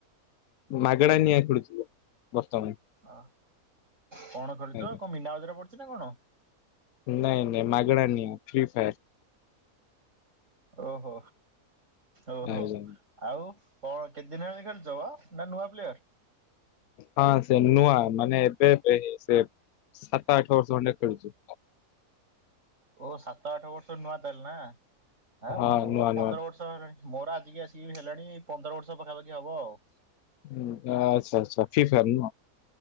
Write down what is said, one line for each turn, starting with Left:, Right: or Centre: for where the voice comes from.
Left: ମାଗଣା ନିଆଁ ଖେଳୁଥିଲୁ। ବର୍ତ୍ତମାନ
Right: ଅ କଣ ଖେଳୁଚ?
Left: ଆଜ୍ଞା
Right: କଣ ମୀନା ବଜାର ପଡିଚି ନା କଣ?
Left: ନାଇଁ ନାଇଁ ମାଗଣା ନିଆଁ ଫ୍ରିଫାୟାର୍।
Right: ଓହୋ। ଓହୋ।
Left: ଆଜ୍ଞା
Right: ଆଉ କଣ କେତେଦିନ ହେଲାଣୀ ଖେଳୁଛ ବା ନା ନୂଆ ପ୍ଲେୟାର?
Left: ହଁ ସେ ନୂଆ ମାନେ ଏବେବେ ସେ ସାତ ଆଠ ବର୍ଷ ଖଣ୍ଡେ ଖେଳୁଛି।
Right: ଓ ସାତ ଆଠ ବର୍ଷ ନୂଆ ତାହାଲେ ନା। ଆ
Left: ହଁ
Right: ମୁଁ
Left: ନୂଆ
Right: ପନ୍ଦର
Left: ନୂଆ
Right: ବର୍ଷ ହେଲାଣି ମୋର ଆଜିକି ଆସି କି ହେଲାଣି ପନ୍ଦର ବର୍ଷ ପାଖାପାଖି ହବ ଆଉ।
Left: ହୁଁ ଆଛା ଆଚ୍ଛା ଫ୍ରି ଫାୟାର୍ ନୁହ।